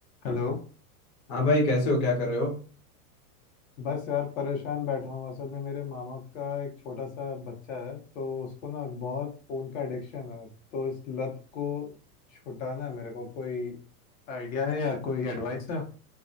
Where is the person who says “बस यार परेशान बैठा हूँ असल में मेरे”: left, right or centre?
Left